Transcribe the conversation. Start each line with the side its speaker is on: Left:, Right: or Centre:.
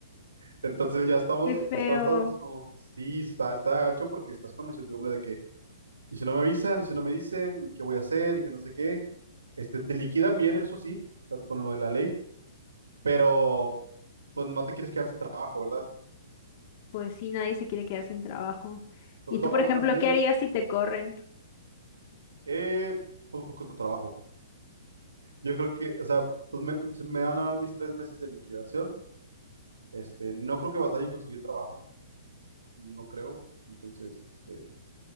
Right: Entonces ya estamos,
Left: Qué feo.
Right: estamos estamos como, sí, está, está gacho porque estás con la incertidumbre de que, y si no me avisan, y si no me dicen, y qué voy a hacer, y que no sé qué. Este, te liquidan bien, eso sí, con lo de la ley, pero pues no te quieres quedar sin trabajo, ¿verdad?
Left: Pues sí, nadie se quiere quedar sin trabajo.
Right: Sobre
Left: ¿Y
Right: todo
Left: tú, por ejemplo,
Right: a, a mí me,
Left: qué harías si te corren?
Right: eh, poco tu trabajo. Yo creo que, o sea, pues me, me van a dar mis tres meses de liquidación Este, no creo que batalle en conseguir trabajo, no creo. Entonces, este,